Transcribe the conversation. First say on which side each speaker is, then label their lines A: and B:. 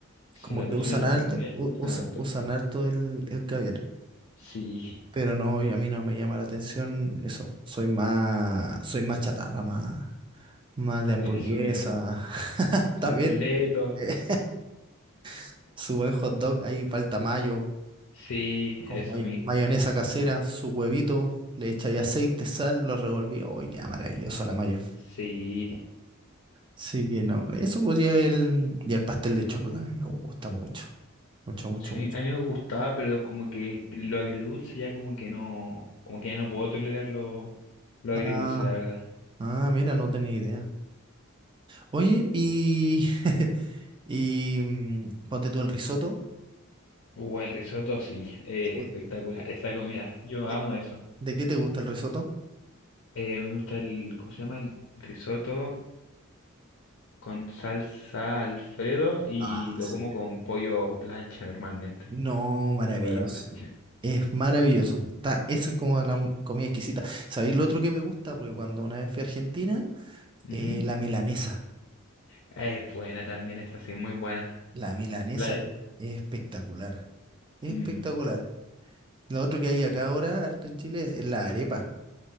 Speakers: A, on the left (about 65°); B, on the right (about 25°).
A: Si
B: como
A: la
B: que
A: cocina
B: usan
A: gourmet
B: alto, u-
A: lo usan
B: usa-
A: harto.
B: usan alto el, el caviar.
A: Sí,
B: Pero no, y a mí no me llama la atención eso. Soy más,
A: no,
B: soy más chatarra, más, más de hamburguesa.
A: eso mismo.
B: <laughs>
A: completo.
B: También eh, <laughs> su buen hot dog ahí palta mayo,
A: Sí,
B: con
A: eso
B: may-
A: mismo.
B: mayonesa casera, su huevito, le
A: Sí,
B: echáis aceite, sal, lo revolví. ¡Ay, qué maravilloso la mayo!
A: sí.
B: Sí que no. Eso pues y el, y el pastel de chocolate a mí me gusta mucho. Mucho, mucho,
A: Sí,
B: mucho.
A: a mí me gustaba, pero como que lo agridulce ya como que no, como que ya no puedo tolerar lo, lo agridulce,
B: Ah,
A: la verdad.
B: ah, mira, no tenía idea. Oye, y, <laughs> y mm, ponte tú el risotto.
A: Uh, el risotto sí, eh,
B: ¿Te gu-
A: espectacular, esa comida, yo amo
B: ¿De,
A: eso.
B: de qué te gusta el risotto?
A: Eh, me gusta el, ¿cómo se llama? El risotto con salsa Alfredo y
B: Ah,
A: lo
B: sí.
A: como con pollo plancha normalmente,
B: No, maravilloso.
A: pollo a la plancha.
B: Es maravilloso. Está, esa es
A: Y,
B: como la m- comida exquisita. ¿Sabéis lo otro que me gusta? Porque cuando una vez fui a Argentina,
A: ujú.
B: eh, la milanesa.
A: Es buena también, es así, muy buena.
B: La milanesa
A: La de-
B: es es espectacular. Espectacular.
A: mm,
B: Lo otro que hay acá ahora, harto en Chile, es, es la arepa.